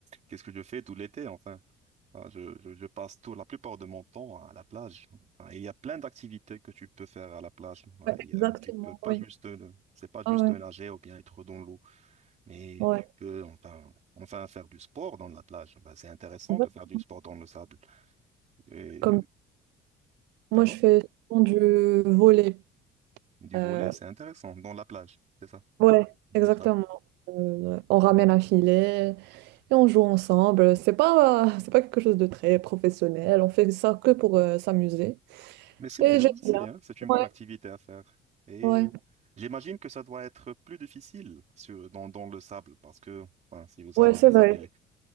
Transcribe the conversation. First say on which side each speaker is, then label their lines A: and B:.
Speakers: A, on the right; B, on the right.
A: qu'est-ce que je fais tout l'été, enfin. Ah, Je, je, je passe tout, la plupart de mon temps à la plage. Ah, Il y a plein d'activités que tu peux faire à la plage. Ah,
B: ouais,
A: Il y a-
B: exactement,
A: tu peux pas
B: oui.
A: juste, euh, c'est pas juste
B: Ah ouais,
A: nager ou bien être dans l'eau, mais
B: ouais.
A: tu peux enfin, enfin faire du sport dans la plage. Bah, c'est intéressant
B: Exact-
A: de faire du sport dans le sable. Et,
B: Comme Moi,
A: pardon?
B: je fais souvent du volley.
A: Du
B: Euh,
A: volet, c'est intéressant, dans la plage, c'est ça,
B: ouais,
A: dans
B: exactement.
A: le sable.
B: Euh, on ramène un filet et on joue ensemble. C'est pas, c'est pas quelque chose de très professionnel. On fait ça que pour euh, s'amuser.
A: Mais c'est
B: Et
A: bien,
B: j'aime
A: Oui. c'est
B: bien.
A: bien, c'est une bonne
B: Ouais,
A: activité à faire. Et
B: ouais,
A: euh, j'imagine que ça doit être plus difficile sur, dans, dans le sable, parce que enfin, si vous
B: ouais,
A: avez
B: c'est
A: le sable,
B: vrai.
A: il